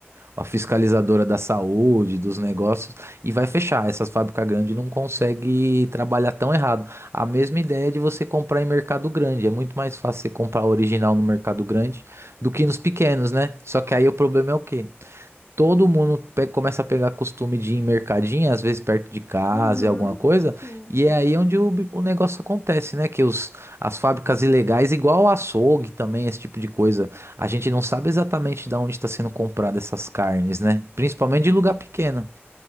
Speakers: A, on the right; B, on the left.
A: a fiscalizadora da saúde, dos negócios, e vai fechar. Essas fábricas grandes não conseguem trabalhar tão errado. A mesma ideia de você comprar em mercado grande. É muito mais fácil você comprar original no mercado grande do que nos pequenos, né? Só que aí o problema é o quê? Todo mundo pe- começa a pegar costume de ir em mercadinho, às vezes perto de casa
B: Uhum,
A: e alguma coisa,
B: sim.
A: e é aí onde o, bi- o negócio acontece, né? Que os, as fábricas ilegais, igual o açougue também, esse tipo de coisa, a gente não sabe exatamente de onde está sendo comprada essas carnes, né? Principalmente de lugar
B: É,
A: pequeno.